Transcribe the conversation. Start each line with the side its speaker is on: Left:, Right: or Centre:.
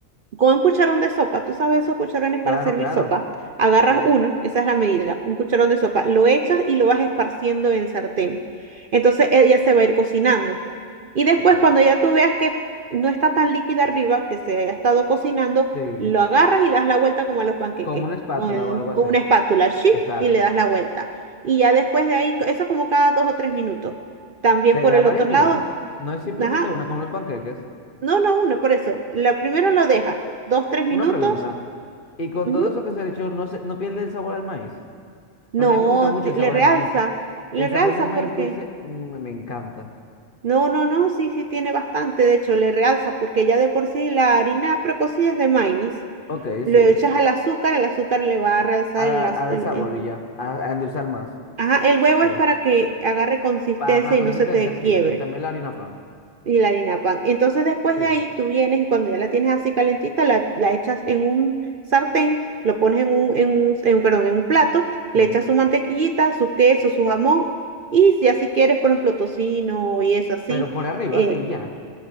Right: con cucharón de sopa, tú sabes esos cucharones
Left: Claro,
Right: para servir
Left: claro.
Right: sopa. Agarras
Left: Sí, sí.
Right: uno, esa es la medida, un cucharón de sopa, lo echas y lo vas esparciendo en sartén. Entonces ella se va a ir cocinando. Y después,
Left: Ok.
Right: cuando ya tú veas que no está tan líquida arriba, que se haya estado cocinando,
Left: Sí.
Right: lo agarras y le das la vuelta como a los panqueques,
Left: Como una espátula
Right: con, el-
Left: o algo así.
Right: con una espátula, ¡shi!
Left: Exacto.
Right: y le das la vuelta. Y ya después de ahí, eso como cada dos o tres minutos. También
Left: Te
Right: por
Left: da
Right: el
Left: varias
Right: otro lado,
Left: vueltas. No es simplemente
Right: ajá,
Left: una como los panqueques.
Right: no, no, uno, por eso. La primero lo dejas, dos, tres minutos.
Left: Una pregunta. Y con
Right: ujú.
Left: todo eso que se ha dicho, no se, no pierde el sabor al maíz. Porque
Right: No,
Left: a mí me gusta mucho
Right: ti-
Left: el
Right: le
Left: sabor
Right: realza,
Left: al maíz.
Right: le
Left: El
Right: realza
Left: sabor del maíz
Right: porque.
Left: dulce, mm, me encanta.
Right: No, no, no, sí, sí tiene bastante, de hecho, le realza porque ya de por sí la harina precocida es de maíz.
Left: Ok,
Right: Lo
Left: sí.
Right: echas al azúcar, el azúcar le va a realzar
Left: A, da
Right: el, az-
Left: a dar
Right: el,
Left: sabor
Right: el-
Left: y ya. A, a endulzar más.
Right: Ajá, el huevo
Left: Ok.
Right: es para que agarre consistencia
Left: Para pa
Right: y
Left: consistencia,
Right: no se te
Left: sí.
Right: quiebre.
Left: Y también la harina pan.
Right: Y la harina pan. Entonces después
Left: Sigue.
Right: de ahí tú vienes y cuando ya la tienes así calentita, la, la echas en un sartén, lo pones en un, en un, en, perdón, en un plato,
Left: Sí.
Right: le echas su mantequillita, su queso, su jamón y si así quieres, por ejemplo, tocino y eso así,
Left: Pero por arriba,
Right: eh,
Left: sí, ya.